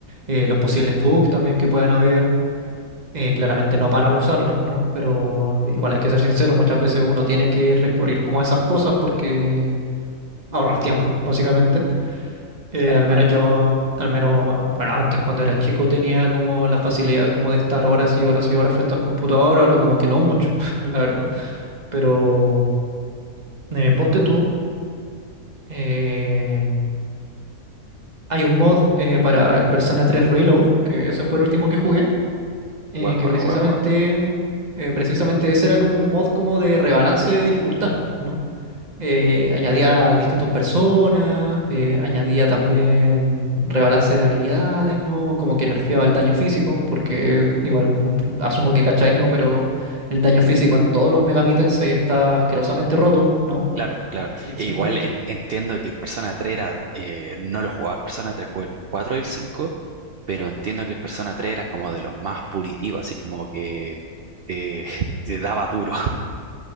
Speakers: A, on the right; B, on the right.
A: eh, los posibles bugs también que puedan haber. Eh, claramente no para abusarlos, ¿no? Pero igual hay que ser sincero, muchas veces uno tiene que recurrir como a esas cosas porque ahorrar tiempo, básicamente. Eh,
B: Claro,
A: al
B: claro.
A: menos yo, al menos, bueno, antes cuando era chico tenía como la facilidad como de estar horas y horas y horas frente al computador, ahora como que no mucho, <laughs> la verdad. Pero eh, ponte tú, eh, hay un mod eh, para el Persona 3 Reload, que ese fue el último que jugué, eh,
B: Buen juego,
A: que precisamente,
B: buen juego.
A: eh, precisamente ese era como un mod como de rebalance de dificultad, ¿no? Eh, añadía a distintas personas, eh, añadía también rebalance de habilidades, ¿no? Como que nerfeaba el daño físico, porque igual cum- asumo que cacháis, ¿no? Pero el daño físico en todos los Megami Tensei está asquerosamente roto, ¿no?
B: Claro, claro. E
A: Siempre
B: igual en- entiendo que el Persona tres era, eh, no lo jugaba el Persona tres, jugué el 4 y el 5, pero entiendo que el Persona tres era como de los más punitivos, así como que eh, <laughs> te daba duro, <laughs>